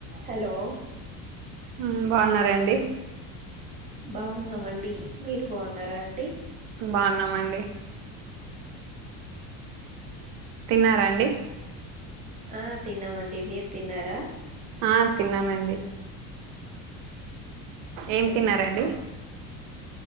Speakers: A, on the right (about 20°); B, on the right (about 85°).
A: Hello
B: ఉమ్ బావున్నారా అండి
A: బాగున్నామండి మీరు బావున్నారా అండి
B: బావున్నామండి తిన్నారా అండి
A: ఆ తిన్నామండి మీరు తిన్నారా
B: ఆ తిన్నానండి
A: ఉమ్.
B: ఏం తిన్నారండి